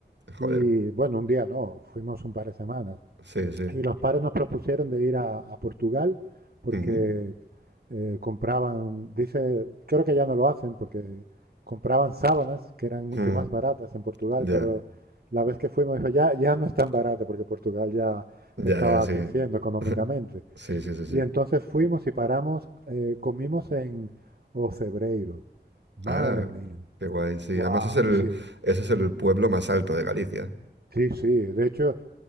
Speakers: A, on the right; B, on the right.
A: Y
B: joder,
A: bueno, un día no, fuimos un par de semanas.
B: sí, sí.
A: Y los padres nos propusieron de ir a, a Portugal porque
B: Mm,
A: eh, compraban, dice, creo que ya no lo hacen porque compraban sábanas que eran mucho
B: mm,
A: más baratas en Portugal,
B: ya,
A: pero la vez que fuimos dijo, ya, ya no es tan barato porque Portugal ya
B: ya,
A: estaba
B: sí.
A: creciendo económicamente.
B: <laughs> Sí, sí, sí, sí.
A: Y entonces fuimos y paramos, eh, comimos en Ocebreiro. Madre
B: Ah,
A: mía.
B: qué guay, sí.
A: Wow,
B: Además es el,
A: sí.
B: ese es el pueblo más alto de Galicia.
A: Sí, sí. De hecho,